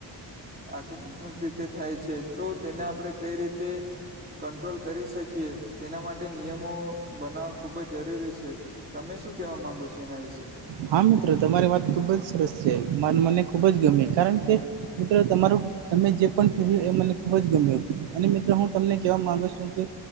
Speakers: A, on the right (about 20°); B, on the right (about 80°).
A: આકસ્મિક રીતે થાય છે. તો તેને આપણે કઈ રીતે કંટ્રોલ કરી શકીએ તેના માટે નિયમો બનાવવા ખૂબ જ જરૂરી છે. તમે શું કેવા માંગો છો? એના વિશે.
B: હા મિત્રો તમારી વાત ખુબ જ સરસ છે. મ મને ખુબ જ ગમે કારણ કે મિત્રો તમારું તમે જે પણ ક્યું એ મને ખુબ જ ગમ્યું હતું અને મિત્રો હું તમને કેહેવા માંગુ છું કે